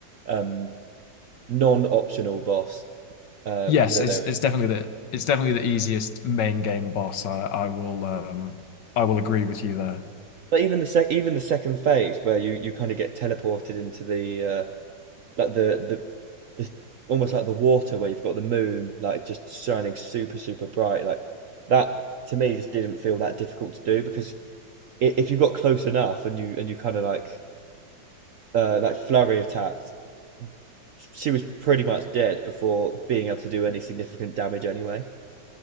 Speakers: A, on the right (about 60°); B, on the left (about 70°).
A: um non-optional boss uh
B: yes,
A: that
B: it's
A: there
B: it's
A: is.
B: definitely the it's definitely the easiest main game boss. I I will um I will agree with you there.
A: But even the sec even the second phase where you you kind of get teleported into the uh like the the the almost like the water where you've got the moon like just shining super super bright like that to me just didn't feel that difficult to do because i- if you got close enough and you and you kind of like uh like flurry attacked she was pretty much dead before being able to do any significant damage anyway